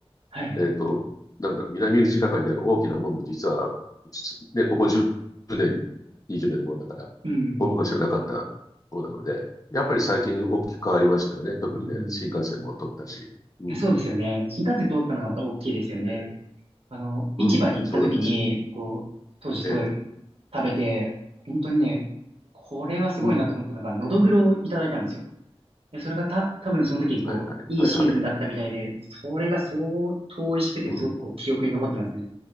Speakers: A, on the right; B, on the left.
A: はい、はい。
B: の、えっと、なんだろう、南口中にある大きな門も実は、ね、ここ10年、20年のものだから、
A: うん、
B: 大昔はなかったものなので、
A: うん、
B: やっぱり最近大きく変わりましたよね。特にね、
A: うん。
B: 新幹線も通ったし。うん、
A: いやそうですよね。新幹線通ったのがまた大きいですよね。
B: えー
A: あの、市場に行った時に、
B: うん、そうなんですよ。
A: こう、当時すごい
B: ええ、
A: 食べて、本当にね、これはすごいなと思ったのが、
B: うん。
A: のどぐろをいただいたんですよ。でそれがた、多分その時、こう、
B: はいはい、
A: いいシーズンだったみたいで、
B: はいはい。
A: それが相当美味しくて、
B: うん、
A: すごくこう、記憶に残ってますね。